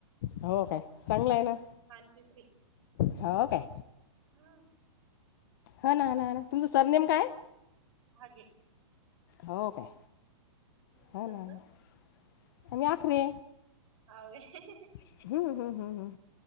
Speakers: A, on the left (about 45°); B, on the right (about 80°).
A: हो काय? चांगलं
B: पान
A: आहे ना
B: पानपिपरी
A: हो काय?
B: हा.
A: ह ना ह ना ह ना तुमचं सरनेेम काय?
B: हे.
A: हो काय
B: हं,
A: हो
B: तुमचं
A: ना आणि मी आखरे.
B: हा व्हय?
A: हं, हं, हं हं.